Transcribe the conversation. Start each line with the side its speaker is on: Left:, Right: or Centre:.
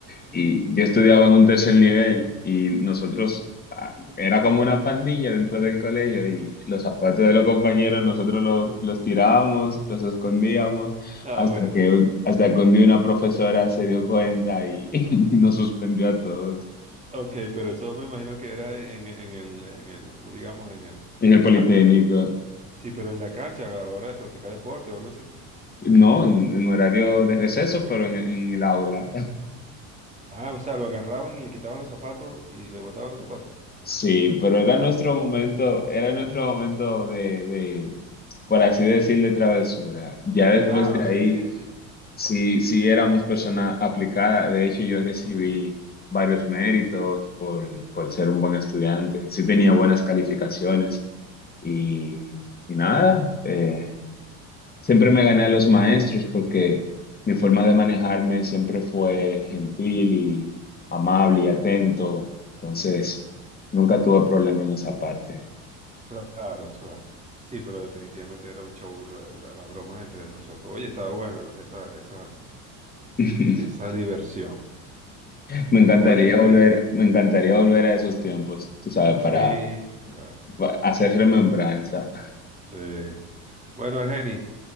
Left: y yo estudiaba en un tercer nivel y nosotros ah, era como una pandilla dentro del colegio y los zapatos de los compañeros nosotros los, los tirábamos, los escondíamos
Right: Ah,
Left: hasta
Right: bueno,
Left: que, un- hasta que un día una profesora se dio cuenta y <laughs> nos suspendió a todos
Right: ok, pero eso me imagino que era en, en el, en el, como digamos, en el,
Left: en
Right: en la
Left: el Politécnico.
Right: cancha. Sí, pero en la cancha a la hora de practicar deporte o algo así.
Left: No, en, en horario de receso, pero en, en el aula.
Right: Ah, o sea, lo agarraban y le quitaban los zapatos y le botaban los zapatos.
Left: Sí, pero era nuestro momento, era nuestro momento de, de, por así decir, de travesura. Ya después
Right: Claro,
Left: de
Right: sí,
Left: ahí,
Right: sí, sí.
Left: sí, sí éramos persona aplicada. De hecho, yo recibí varios méritos por, por ser un buen estudiante. Sí tenía buenas calificaciones y, y nada. eh, Siempre me gané a los maestros porque mi forma de manejarme siempre fue gentil y amable y atento. Entonces, nunca tuve problema en esa parte.
Right: Claro, claro. Sí, pero definitivamente era un show, la- la- las bromas entre nosotros. Oye, estaba buena esa, esa,
Left: <laughs>
Right: esa diversión.
Left: Me encantaría
Right: Oye, Ergeni.
Left: volver, me encantaría volver a esos tiempos, tú sabes,
Right: Sí,
Left: para,
Right: claro.
Left: pa- hacer remembranza.
Right: Sí. Bueno, Ergeni,